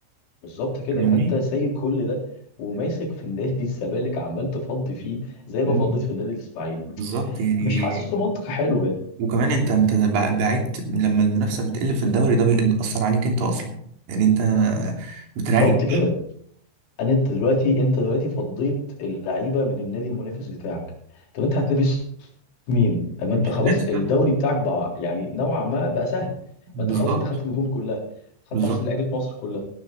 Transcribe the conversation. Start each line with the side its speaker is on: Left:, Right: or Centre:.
Left: بالظبط كده
Right: فاهمني؟
Left: فانت سايب كل ده وماسك في النادي الزمالك عمال تفضي فيه زي
Right: مم.
Left: ما فضيت في النادي الاسماعيلي
Right: بالظبط يعني
Left: مش حاسس منطق حلو يعني
Right: وكمان انت انت بع- بعدت لما المنافسه بتقل في الدوري ده بيأثر عليك انت اصلا يعني انت بتريح
Left: بالظبط كده انا انت دلوقتي انت دلوقتي فضيت اللعيبه من النادي المنافس بتاعك طب انت هتنافس مين اما انت
Right: مش
Left: خلاص
Right: هتنافس
Left: الدوري
Right: حد
Left: بتاعك بقى يعني نوعا ما بقى سهل
Right: بالظبط
Left: ما انت خلاص انت خدت النجوم كلها خدت
Right: بالظبط.
Left: احسن لعيبه مصر كلها